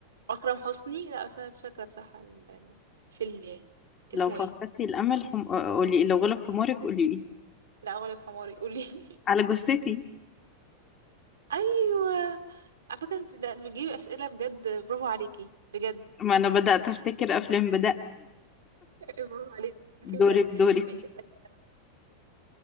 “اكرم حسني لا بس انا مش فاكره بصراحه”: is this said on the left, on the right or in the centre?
Right